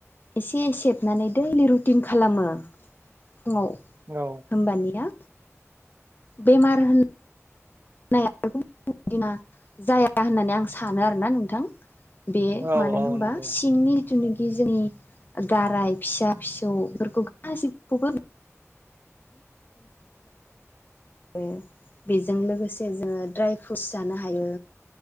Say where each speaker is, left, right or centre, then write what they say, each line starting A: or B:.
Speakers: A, on the left; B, on the right.
A: एसे सेबनानै दैलि रुटिन खालामो फुङाव
B: औ।
A: होमबानिया बेमार होन -नाया बेना जाया होननानै आं सानो आरोना नोंथां। बे
B: औ
A: मानो
B: औ
A: होनबा
B: नंगौ
A: सिंनि जिथुनाखि जोंनि गाराय फिसा फिसौफोरखौ गासिबखौबो
B: <unintelligible>
A: आरो बेजों लोगोसे जोङो ड्राय फ्रुटस जानो हायो